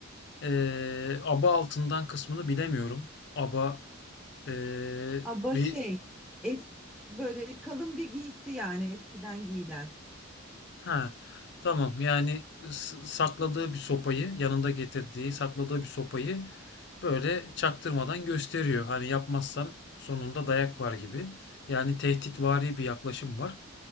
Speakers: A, on the left; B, in the centre.
A: eee, aba altından kısmını bilemiyorum. Aba eee,
B: Aba
A: bir
B: şey, es böyle kalın bir giysi yani eskiden giyilen.
A: Ha, tamam. Yani s- sakladığı bir sopayı, yanında getirdiği, sakladığı bir sopayı böyle çaktırmadan gösteriyor. Hani yapmazsan sonunda dayak var gibi. Yani tehditvari bir yaklaşım var.